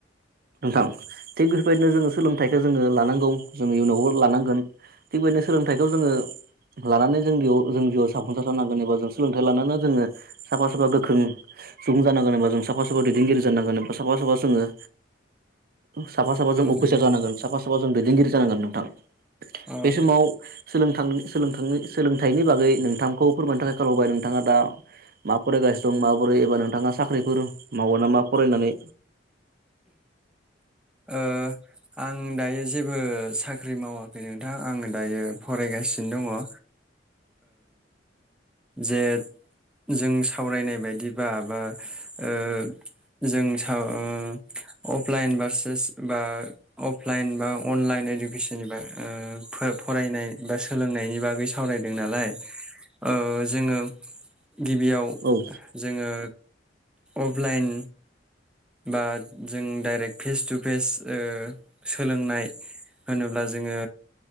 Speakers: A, on the right (about 55°); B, in the centre.
A: नोंथां थिग बि फोरबायदिनो जोङो सोलोंथाइखौ जोङो लानांगौ जोङो इयुनावबो लानांगोन थिग बेबायदिनो सोलोंथाइखौ जोङो लानानै जोंयाव जोंजिउयाव जाफुंसार जानांगोन एबा जों सोलोंथाइ लानानै जोङो साफा साफा गोख्रों सुबुं जानांगोन एबा जों साफा साफा दैदेनगिरि जानांगोन बा साफा साफाजोङो सा साफा
B: औ
A: जों अफिसार जानांगोन साफा साफा जों दैदेनगिरि जानांगोन नोंथां
B: औ
A: बे
B: औ
A: समाव सोलोंथां सोलोंथाइनि बागै नोंथांखौ फोरमायनो थाखाय खाल हरबाय नोंथाङा दा मा फरायगासिनो दं माबोरै एबा नोंथाङा साख्रिफोर मावो नामा फरायनानै
B: ओ आं दायो जेबो साख्रि मावाखै नोंथां आङो दायो फरायगासिनो दङ ओ जे जों सावरायनाय बायदिबा बा ओ जों अफलाइन बारसेस बा अफलाइन बा अनलाइन इडुकेसननि बाग फरायनाय बा सोलोंनायनि बागै सावरायदों नालाय ओ जोङो गिबियाव
A: औ
B: जोङो अफलइन बा जों डाइरेक्ट फेस टु फेस ओ सोलोंनाय होनोब्ला जोङो